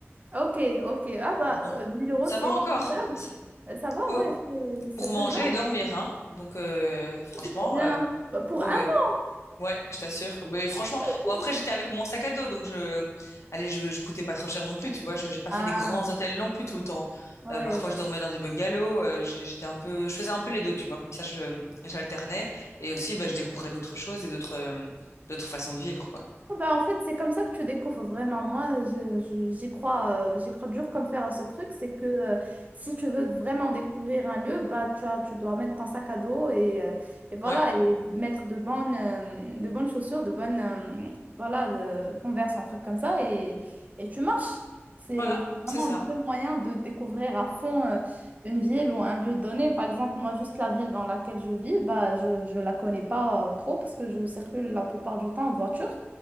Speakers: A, on the right; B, on the left.
A: Ok, ok. Ah bah,
B: Donc,
A: euh, 1000 euros,
B: ça
A: c'est
B: va encore.
A: c'est faisable.
B: C'est-
A: Euh, Ça va,
B: ouais,
A: ouais, c'est
B: pour
A: c'est faisable.
B: manger et dormir, hein. Donc, euh, franchement,
A: C'est trop bien.
B: euh,
A: Bah, Pour
B: ouais,
A: un mois.
B: ouais. Ouais, je t'assure. Mais franchement,
A: c'est-
B: bon après j'étais avec mon sac à dos, donc je, allez, je, je coûtais pas trop cher non plus, tu vois. Je, j'ai pas fait
A: Ah,
B: des grands hôtels non plus tout le temps.
A: oui.
B: Euh, parfois je dormais dans des bungalows. euh, j'ai- j'étais un peu, je faisais un peu les deux, tu vois. Comme ça, je, j'alternais et aussi, bah, je découvrais d'autres choses et d'autres, euh, d'autres façons de vivre, quoi.
A: Oh, Bah, en fait, c'est comme ça que tu découvres vraiment. Moi, je- je- j'y crois, euh, j'y crois dur comme fer à ce truc. C'est que euh, si tu veux vraiment découvrir un lieu, bah, tu as, tu dois mettre ton sac à dos et, euh, et voilà,
B: Ouais,
A: et mettre de bonnes, euh, de bonnes chaussures, de bonnes, euh, voilà, de Converse, un truc comme ça, et, et tu marches. C'est
B: voilà,
A: c'est vraiment
B: c'est ça.
A: le seul moyen de découvrir à fond euh, une ville ou un lieu donné. Par exemple, moi, juste la ville dans laquelle je vis, bah, je ne la connais pas euh, trop parce que je circule la plupart du temps en voiture